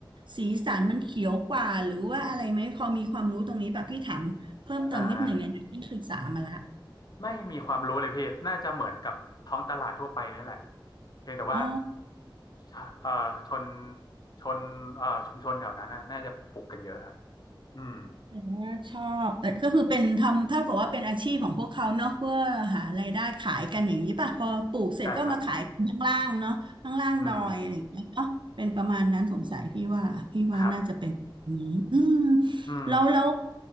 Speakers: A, on the right (about 65°); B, on the left (about 50°).
A: สีสันมันเขียวกว่าหรือว่าอะไรไหมพอมีความรู้ตรงนี้ป่ะพี่ถามเพิ่มเติมนิดหนึ่งในหนังที่ยศึกษามาละ
B: อ่าไม่มีความรู้เลยพี่น่าจะเหมือนกับท้องตลาดทั่วไปนี่แหละเพียงแต่ว่า
A: อ๋อ
B: ชะเอ่อชนชนเอ่อชุมชนแถวนั้นน่ะน่าจะปลูกกันเยอะครับอืม
A: แต่ว่าชอบเออก็คือเป็นทำเท่ากับว่าเป็นอาชีพของพวกเขาเนอะเพื่อหารายได้ขายกันอย่างนี้ป่ะพอปลูกเสร็จก็มาขายข้างล่างเนาะข้างล่างดอยอะไรอย่างเงี้ยเนาะเป็นประมาณนั้นสงสัยพี่ว่าพี่ว่าน่าจะเป็นแบบนี้อืม
B: ใช่ครับ อืมครับอืม
A: แล้วแล้ว